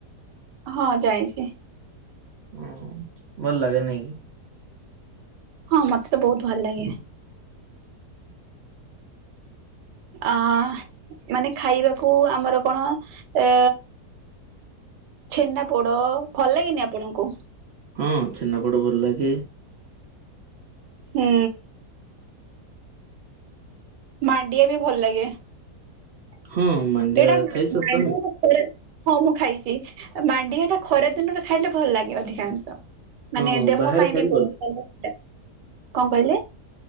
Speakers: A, on the right (about 85°); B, on the right (about 65°).
A: ହଁ ଯାଇଛି।
B: ହଁ ଭଲ ଲାଗେ ନାଇକି?
A: ହଁ ମତେ ତ ବହୁତ ଭଲ ଲାଗେ। ଅ ମାନେ ଖାଇବାକୁ ଆମର କଣ ଏ ଛେନା ପୋଡ। ଭଲ ଲାଗେନି ଆପଣଙ୍କୁ?
B: ହଁ ଛେନାପୁଡ଼ ଭଲ ଲାଗେ।
A: ହୁଁ। ମାଡିଆ ବି ଭଲ ଲାଗେ।
B: ହଁ ମାଣ୍ଡିଆ
A: ଏଇଟା ମ
B: ଖାଇଛ ତମେ
A: <inaudible> ହଁ ମୁଁ ଖାଇଛି ମାଣ୍ଡିଆ ଟା ଖରା ଦିନରେ ଖାଇଲେ ଭଲ ଲାଗେ ଅଧିକାଂଶ।
B: ହଁ
A: ମାନେ ଦେହ
B: ବାହାରେ
A: ପାଇଁ
B: ଖାଇଲେ
A: ବି ବହୁତ
B: ଲାଗେ।
A: ଭଲ ସେଟା। କଣ କହିଲେ?